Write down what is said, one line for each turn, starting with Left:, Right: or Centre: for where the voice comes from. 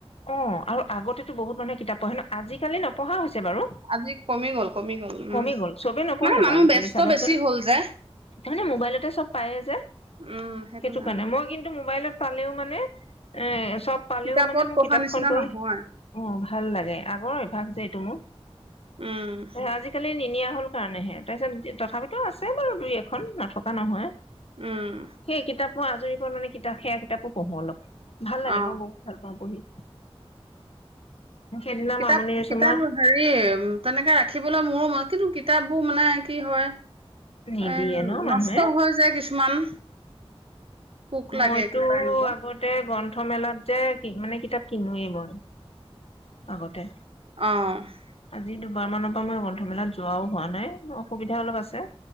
Left: অ' আৰু আগতেতো বহুত মানুহে কিতাপ পঢ়ে ন, আজিকালি নপঢ়া হৈছে। হৈছে বাৰু,
Right: আজি কমি গ'ল কমি গ'ল উম
Left: কমি গ'ল, চবে নপঢ়েটো
Right: মানে মানুহ
Left: আজিকালি
Right: ব্যস্ত
Left: চাবা
Right: বেছি
Left: চোন।
Right: হ'ল যে
Left: তাৰমানে ম'বাইলতে চব পাইয়ে যে।
Right: উম সেইটো
Left: সেইটোকাৰণে,
Right: কাৰণে
Left: মই কিন্তু ম'বাইলত চালেও মানে, এ চব পালেও
Right: কিতাপত
Left: মানে মোৰ
Right: পঢ়া
Left: কিতাপখন
Right: নিচিনা
Left: পঢ়ি।
Right: নহয়
Left: অ, ভাল লাগে, আগৰ অভ্যাস যে এইটো মোৰ।
Right: উম
Left: হা আজিকালি নিনিয়া হ'ল কাৰণেহে, তাৰ পিছত, তথাপিতো আছে বাৰু দুই এখন, নথকা নহয়।
Right: উম।
Left: সেই কিতাপ মই আজৰি পৰত মানে কিতাপ সেইয়া কিতাপো পঢ়ু অলপ। ভাল লাগে,
Right: অ
Left: মই বহুত ভাল পাওঁ পঢ়ি। সেইদিনা
Right: কিতাপ-কিতাপ
Left: মামনি ৰয়চমৰ
Right: হেৰী, তেনেকে ৰাখিবলে মোৰো মন কিন্তু কিতাপ <unintelligible> নাই কি হয়?
Left: নিদিয়ে
Right: উম!
Left: ন মানুহে
Right: নষ্ট হৈ যায় কিছুমান। পোক লাগে
Left: মইতো
Right: কিবা এনেকুৱা
Left: আগতে গ্ৰন্থ গ্ৰন্থ মেলাতে কি? মানে কিতাপ কিনিব। আগতে
Right: আহ উম
Left: আজি দুবাৰ মানৰ পৰা মই গ্ৰন্থমেলাত যোৱাও হোৱা নাই, অসুবিধা অলপ আছে।